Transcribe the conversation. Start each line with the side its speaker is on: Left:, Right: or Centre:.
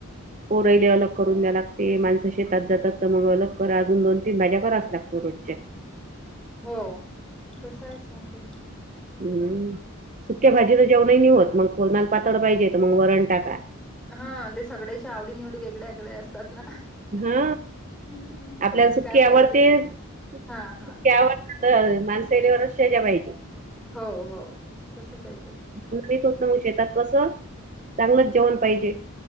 Right: पोरहिले अलग करून द्या लागते, माणसं शेतात जातात त मग अलग करा, अजून दोन तीन भाज्या कराच लागतात. दररोजच्या.
Centre: हो. तस हायेच म्हणजे.
Right: हम्म. सुक्या भाजीनं जेवणही नई होत, मग कोनाल पातळ पाहिजेे तर मंग वरण टाका.
Centre: हा. ते सगळ्याच्या आवडी निवडी वेगड्या वेगळ्या असतात ना.
Right: हा
Centre: हम्म
Right: आपल्याला
Centre: कोणाला
Right: सुक्क्यावर
Centre: काय पाहिजे
Right: ते सुक्क्यावर
Centre: हा हा
Right: तर माणसाया <unintelligible> पाहि
Centre: हो हो तसच आहे ते.
Right: <unintelligible> शेतात कसं चांगलंच जेवण पाहिजे.